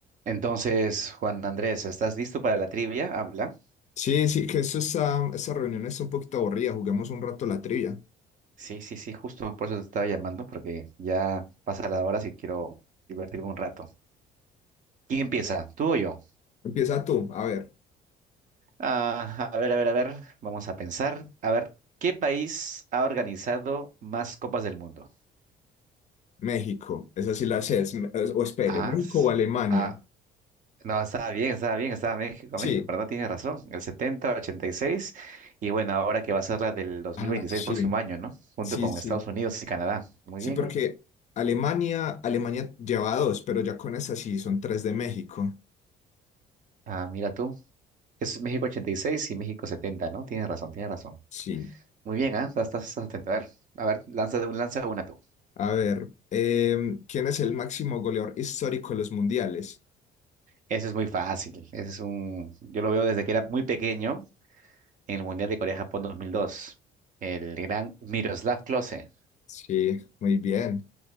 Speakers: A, on the right (about 50°); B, on the left (about 45°).
A: Entonces, Juan Andrés, ¿estás listo para la trivia? Habla.
B: Sí, sí, que eso está, esa reunión está un poquito aburrida. Juguemos un rato la trivia.
A: Sí, sí, sí, justo por eso te estaba llamando, porque ya pasa la hora si quiero divertirme un rato. ¿Quién empieza? ¿Tú o yo?
B: Empieza tú. A ver,
A: Ah, a ver, a ver, a ver, vamos a pensar. A ver, ¿qué país ha organizado más copas del mundo?
B: México. Esa sí la sé. es- es- O espere,
A: Ah,
B: ¿México
A: s-
B: o Alemania?
A: ah, no, estaba bien, estaba bien, estaba México,
B: Sí.
A: México, ¿verdad? Tienes razón, el setenta, ochenta y seis y bueno, ahora que va a ser la del dos
B: Ah,
A: mil veintiséis,
B: sí.
A: próximo año, ¿no? Junto
B: Sí,
A: con
B: sí.
A: Estados Unidos y Canadá. Muy
B: Sí,
A: bien,
B: porque
A: ¿ah?
B: Alemania, Alemania lleva dos, pero ya con esa sí son tres de México.
A: Ah, mira tú. Es México ochenta y seis y México 70, ¿no? Tienes razón, tienes razón.
B: Sí.
A: Muy bien, ¿ah? Estás, estás atento. A ver, a ver, lanza, lanza una tú.
B: A ver, em, ¿quién es el máximo goleador histórico de los mundiales?
A: Ese es muy fácil. Ese es un... Yo lo veo desde que era muy pequeño en el Mundial de Corea-Japón dos mil dos, El gran Miroslav Klose.
B: Sí, muy bien.